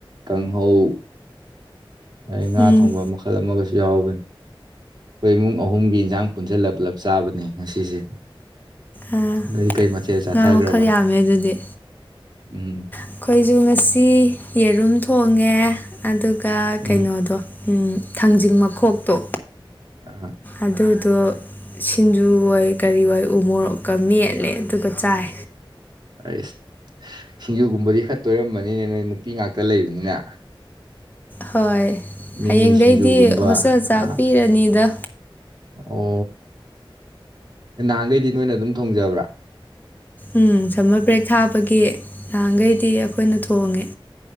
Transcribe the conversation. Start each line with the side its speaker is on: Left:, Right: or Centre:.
Right: ꯀꯥꯡꯍꯧ ꯑꯩ ꯉꯥ
Left: ꯎꯝ
Right: ꯊꯣꯡꯕ ꯃꯈꯜ ꯑꯃꯒꯁꯨ ꯌꯥꯎꯕꯅꯤ ꯑꯩꯈꯣꯏ ꯏꯃꯨꯡ ꯑꯍꯨꯝꯒꯤ ꯏꯟꯖꯥꯡ ꯄꯨꯟꯁꯤꯜꯂꯒ ꯄꯨꯂꯞ ꯆꯥꯕꯅꯦ ꯉꯁꯤꯁꯦ
Left: ꯑꯥ
Right: ꯅꯣꯏ ꯀꯩ ꯃꯊꯦꯜ ꯆꯥꯊꯈ꯭ꯔꯕ
Left: ꯉꯥ ꯃꯈꯜ ꯌꯥꯝꯃꯦ ꯑꯗꯨꯗꯤ
Right: ꯎꯝ
Left: ꯑꯩꯈꯣꯏꯁꯨ ꯉꯁꯤ ꯌꯦꯔꯨꯝ ꯊꯣꯡꯉꯦ ꯑꯗꯨꯒ
Right: ꯎꯝ
Left: ꯀꯩꯅꯣꯗꯣ ꯊꯥꯡꯖꯤꯡ ꯃꯈꯣꯛꯇꯣ
Right: ꯑ
Left: ꯑꯗꯨ ꯑꯗꯣ ꯁꯤꯡꯖꯨꯍꯣꯏ ꯀꯔꯤꯍꫭꯏ ꯎ ꯃꯣꯔꯣꯛꯀ ꯃꯦꯠꯂꯦ ꯑꯗꯨꯒ ꯆꯥꯏ
Right: ꯑꯩꯁ ꯁꯤꯡꯖꯨꯒꯨꯝꯕꯗꯤ ꯈꯔ ꯇꯣꯏꯔꯝꯃꯅꯤꯅꯦ ꯅꯣꯏ ꯅꯨꯄꯤ ꯉꯥꯛꯇ ꯂꯩꯕꯅꯤꯅ꯫
Left: ꯍꯣꯏ
Right: ꯃꯤꯃꯤ
Left: ꯍꯌꯦꯡꯗꯩꯩꯗꯤ
Right: ꯁꯤꯡꯖꯨꯒꯨꯝꯕ
Left: ꯍꯣꯁꯇꯦꯜ
Right: ꯑꯥ
Left: ꯆꯥꯛ ꯄꯤꯔꯅꯤꯗ꯫
Right: ꯑꯣ ꯅꯍꯥꯟꯈꯩꯗꯤ ꯅꯣꯏꯅ ꯑꯗꯨꯝ ꯊꯣꯡꯖꯕ꯭ꯔꯥ꯫
Left: ꯎꯝ ꯁꯝꯃꯔ ꯕ꯭ꯔꯦꯛ ꯊꯥꯕꯒꯤ ꯅꯍꯥꯟꯈꯩꯗꯤ ꯑꯩꯈꯣꯏꯅ ꯊꯣꯡꯉꯦ꯫